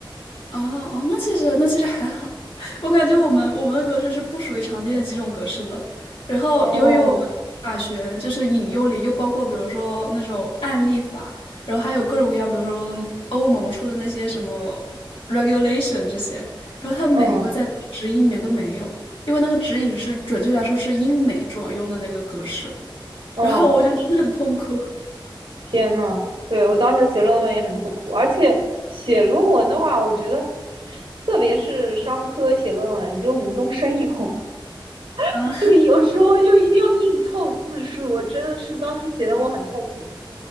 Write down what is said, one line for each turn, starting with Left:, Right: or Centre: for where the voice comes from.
Left: 哦哦，那其实那其实还好，<laughs> 我感觉我们我们的格式是不属于常见的几种格式的。然后由于我们法学就是引用里又包括比如说那种案例法，
Right: 哦，
Left: 然后还有各种各样，比如说欧盟出的那些什么 regulation 这些，然后它每个在指引里面都没有，
Right: 嗯
Left: 因为那个指引是准确来说是英美主要用的那个格式，<laughs>
Right: 嗯，
Left: 然后我就真的很痛苦。
Right: 天呐，对，我当时写论文也很痛苦，而且写论文的话，我觉得特别是商科写论文，你就无中生有，<laughs>
Left: <laughs> 啊。
Right: 就有时候就一定要硬凑字数，我真的是当时写的我很痛苦。